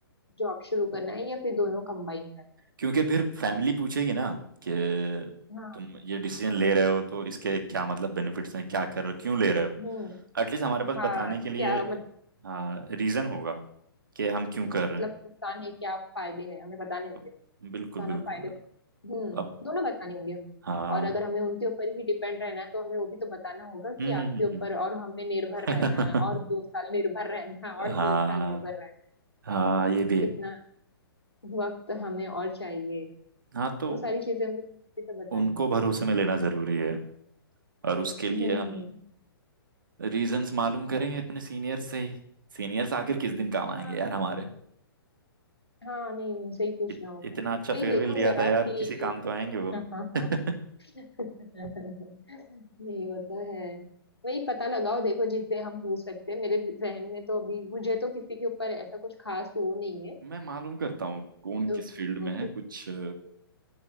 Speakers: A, on the left (about 90°); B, on the right (about 55°).
A: जॉब शुरू करना है या फिर दोनों कंबाइन करना
B: क्योंकि फिर फैमिली पूछेगी ना कि
A: है? हाँ
B: तुम ये डिसीजन ले रहे हो तो इसके क्या मतलब बेनिफिट्स हैं क्या कर रहे हो क्यों ले रहे
A: हम्म
B: हो एटलीस्ट हमारे पास
A: हाँ
B: बताने के लिए
A: क्या
B: हाँ रीजन होगा कि हम क्यों कर रहे
A: मतलब नुकसान है क्या फायदे हैं हमें बताने होंगे
B: हैं
A: नुकसान
B: बिल्कुल
A: और
B: बिल्कुल
A: फायदे दोनों हम्म
B: अब
A: दोनों बताने होंगे हमें
B: हाँ
A: और अगर हमें उनके ऊपर ही डिपेंड रहना है तो हमें वो भी तो बताना होगा
B: हम्म
A: कि
B: हम्म
A: आपके ऊपर
B: हम्म,
A: और हमें निर्भर
B: हम्म।
A: रहना है और दो साल निर्भर रहना है
B: <laughs>
A: और
B: हाँ
A: तीन साल निर्भर रहना है
B: हाँ ये भी
A: कितना
B: है
A: वक्त हमें और चाहिए
B: हाँ तो
A: वो सारी चीजें हमें तो बतानी
B: उनको
A: होगी
B: भरोसे में लेना जरूरी है और उसके लिए
A: हम्म
B: हम रीजंस मालूम करेंगे अपने सीनियर से ही सीनियर्स आखिर किस दिन काम आएंगे
A: हाँ
B: यार हमारे
A: हाँ नहीं उनसे ही पूछना
B: इत,
A: होगा
B: इतना अच्छा
A: वही
B: फेयरवेल
A: देखो
B: दिया
A: जरा
B: था यार
A: कि
B: किसी काम तो आएंगे वो
A: <laughs> हाँ हाँ
B: <laughs>
A: हाँ नहीं वो तो है वही पता लगाओ देखो जितने हम पूछ सकते हैं मेरे जहन में तो अभी मुझे तो किसी के ऊपर ऐसा कुछ खास वो नहीं है
B: मैं मालूम करता हूँ कौन
A: तो
B: किस फील्ड
A: वो
B: में है
A: तो
B: कुछ अ,